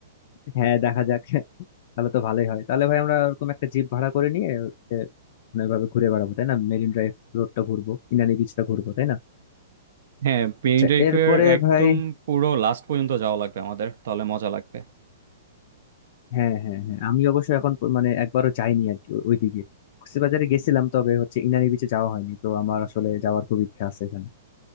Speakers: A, on the left; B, on the right.
A: হ্যাঁ দেখা যাক তাহলে তো ভালোই হয় তাহলে ভাই আমরা এরকম একটা জিপ ভাড়া করে নিয়ে হচ্ছে মানে এভাবে ঘুরে বেড়াবো তাই না মেরিন ড্রাইভ রোডটা ঘুরবো ইনানি বিচটা ঘুরবো তাই না
B: হ্যাঁ পেইন
A: আচ্ছা
B: ড্রাইভের
A: এরপরে
B: একদম
A: ভাই
B: পুরো লাস্ট পর্যন্ত যাওয়া লাগবে আমাদের তাহলে মজা লাগবে
A: হ্যাঁ হ্যাঁ হ্যাঁ আমি অবশ্য এখন প- মানে একবারও যাইনি আর কি ওই দিকে কক্সবাজারে গেছিলাম তবে হচ্ছে ইনানি বিচে যাওয়া হয়নি তো আমার আসলে যাওয়ার খুব ইচ্ছা আছে এখানে